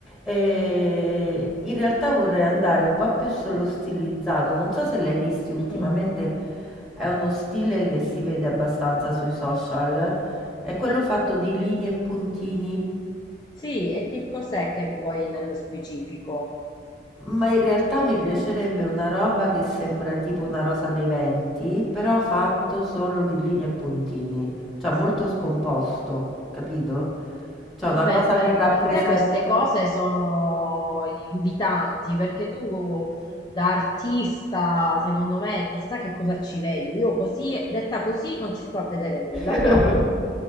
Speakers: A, in the centre; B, on the left (about 25°).
A: E in realtà vorrei andare un po' più sullo stilizzato. Non so se l'hai visti ultimamente,
B: Mm,
A: è uno stile che si vede abbastanza sui social. È quello fatto di linee e puntini.
B: Sì, e che cos'è che vuoi nello specifico?
A: Ma in realtà mi piacerebbe una roba che sembra tipo una rosa dei venti, però fatto
B: Ok.
A: solo di linee e puntini. Cioè molto scomposto, capito? Cioè una
B: Vabbè,
A: cosa
B: per,
A: che rappresenta.
B: per te queste cose sono invitanti perché tu da artista, secondo me, chissà che cosa ci vedi. Io così, detta così, non ci sto a vedere
A: <laughs>
B: nulla, però.